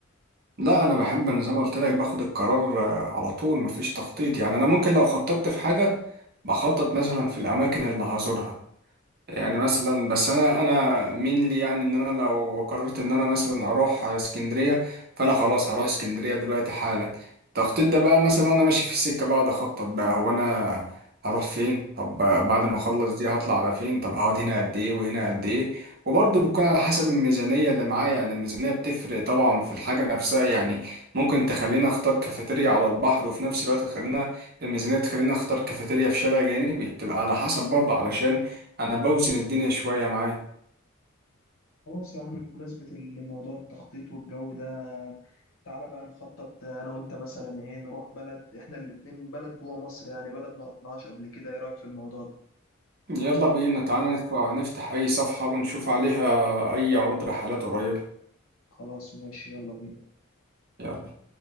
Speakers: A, on the right; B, on the left.
A: لا انا بحب انا زي ما قلت لك باخد القرار آه، على طول مفيش تخطيط يعني انا ممكن لو خططت في حاجه بخطط مثلا في الاماكن اللي هزورها يعني مثلا بس انا انا مين لي يعني ان انا لو قررت ان انا مثلا اروح اسكندريه فانا خلاص هروح اسكندريه دلوقتي حالا التخطيط ده بقى مثلا وانا ماشي في السكه بقعد اخطط بقى هو انا هروح فين طب بعد ما اخلص دي هطلع على فين طب هقعد هنا قد ايه وهنا قد ايه وبرضه بتكون على حسب الميزانيه اللي معايا يعني الميزانيه بتفرق طبعا في الحاجه نفسها يعني ممكن تخليني اختار كافيتيريا على البحر وفي نفس الوقت تخلينا الميزانيه تخليني اختار كافيتيريا في شارع جانبي بتبقى على حسب برضه علشان انا بوزن الدنيا شوية معايا
B: خلاص يا عم بمناسبة الموضوع التخطيط والجو ده تعالى بقى نخطط انا وانت مثلا ايه نروح بلد احنا الاتنين بلد جوه مصر يعني بلد ما رحناهاش قبل كده ايه رايك في الموضوع ده
A: يلا بينا تعالى ندخل- نفتح اي صفحة ونشوف عليها اي عروض رحلات قريبة
B: خلاص ماشي يلا بينا
A: يلا.